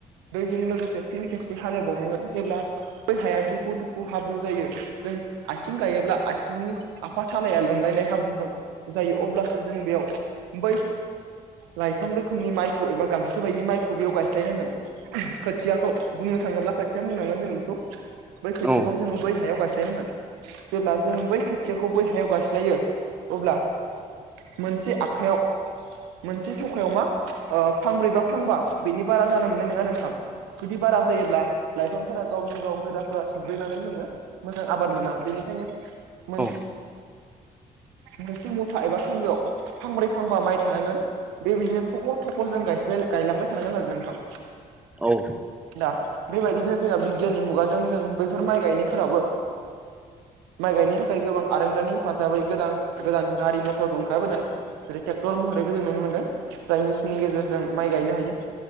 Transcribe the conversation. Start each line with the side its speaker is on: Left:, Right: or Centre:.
Right: दैजों लोगोसे फिन खेबसे हालेबावनांगोन जेब्ला बै हाया दुफु दुफु हाब्रुं जायो जों आथिं गायोब्ला आथिंनि आफा थालाया लोमलायनाय हाब्रुजों जायो अब्लासो जोङो बेयाव बै लाइफां रोखोमनि माइखौ एबा गांसो बायदि माइखौ बेयाव गायस्लायनांगोन खोथियाखौ बुंनो थाङोब्ला खोथिया बुंनांगोन जों बेखौ बै खोथियाखौ
Centre: औ
Right: जोङो बै हायाव गायस्लायनांगोन जेब्ला जों बै खोथियाखौ बै हायाव गायस्लायो अब्ला मोनसे आखाइयाव मोनसे थफायाव मा फांब्रै बा फांबा बेनि बारा जानो मोननाय नङा नोंथां जुदि बारा जायोब्ला लाइफांफोरा गावजों गाव रोदाफोरा सुग्लेनानै जोङो मोजां आबाद मोना बेनिखायनो मोन
Centre: औ
Right: मोनसे मथा एबा खोन्दोआव फांब्रै फांबा माइ थानांगोन बेबायदिनो थख' थख' जों गायलांबाय थानांगोन आरो नोंथां
Centre: औ
Right: दा बेबायदिनो जोंहा बिगियाननि मुगाजों जों बैफोर माइ गायनायफोराबो माइ गायनो थाखाय गोबां आरोंदानि हाजाबै गोदान गोदान गारि मथरबो ओंखारबोदों जेरै ट्रेक्टर महरैबो जों नुनो मोनदों जाय मेसििननि गेजेरजों माइ गायनो हायो